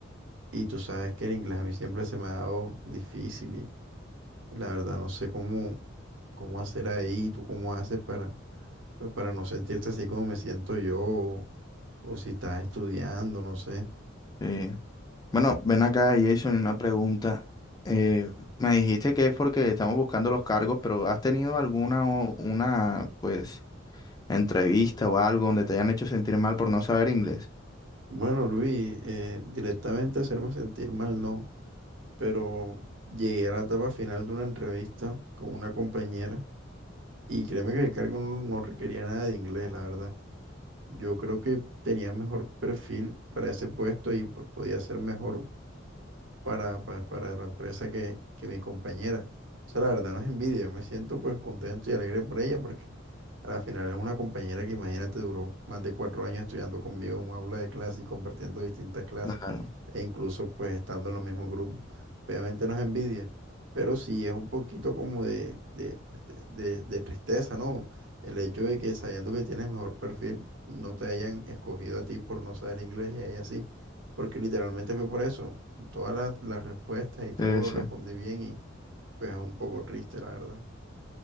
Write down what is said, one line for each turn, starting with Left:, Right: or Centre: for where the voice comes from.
Right: Y tú sabes que el inglés a mí siempre se me ha dado difícil y, y la verdad no sé cómo, cómo hacer ahí, tú cómo haces para, pues para no sentirte así como me siento yo o, o si estás estudiando, no sé.
Left: Eh, bueno, ven acá Jason, y una pregunta. Eh, me dijiste que es porque estamos buscando los cargos, pero ¿has tenido alguna o- una, pues, entrevista o algo donde te hayan hecho sentir mal por no saber inglés?
Right: Bueno, Luis, eh, directamente hacerme sentir mal no, pero llegué a la etapa final de una entrevista con una compañera y créeme que el cargo no no requería nada de inglés, la verdad. Yo creo que tenía mejor perfil para ese puesto y pues podía ser mejor para, pa- para la empresa que, que mi compañera. O sea, la verdad no es envidia, yo me siento pues contento y alegre por ella porque al final es una compañera que imagínate duró más de cuatro años estudiando conmigo en un aula de clase y compartiendo distintas clases
Left: Claro,
Right: e incluso pues estando en los mismos grupos. Obviamente no es envidia, pero sí es un poquito como de, de, pues, de, de- de tristeza, ¿no? El hecho de que sabiendo que tienes mejor perfil, no te hayan escogido a ti por no saber inglés y a ella sí, porque literalmente fue por eso todas las, las respuestas y todo
Left: sí,
Right: lo
Left: sí.
Right: respondí bien y pues es un poco triste, la verdad.